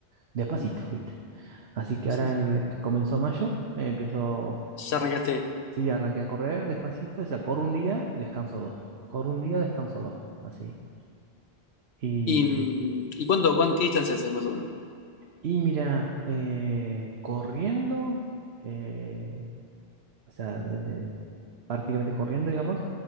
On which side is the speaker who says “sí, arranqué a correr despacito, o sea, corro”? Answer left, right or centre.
Right